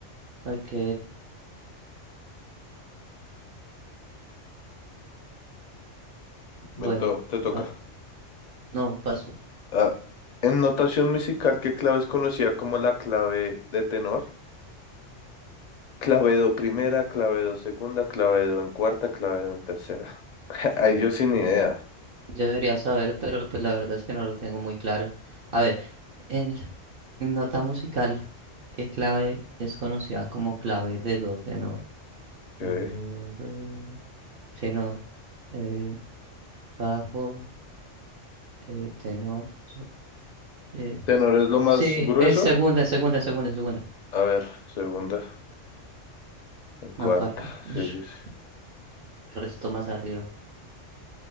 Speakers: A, on the right; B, on the left.
A: Ok, bueno,
B: Me to- te toca.
A: va. No, paso.
B: Ah, en notación musical, ¿qué clave es conocida como la clave de tenor? Clavedo primera, clavedo segunda, clavedo en cuarta, clavedo en tercera. <laughs> Ahí yo sin idea.
A: Yo debería saber, pero pues la verdad es que no lo tengo muy claro. A ver, en, en nota musical, ¿qué clave es conocida como clave de do tenor?
B: Ok.
A: Do, re, tenor, eh, bajo, eh, tenor, sopra, eh, vale.
B: ¿Tenor es lo más
A: Sí,
B: grueso?
A: en segunda, en segunda, en segunda, en segunda.
B: A ver, segunda, en cuarta.
A: No, cuarta. <laughs>
B: Sí, sí, sí.
A: El resto más arriba.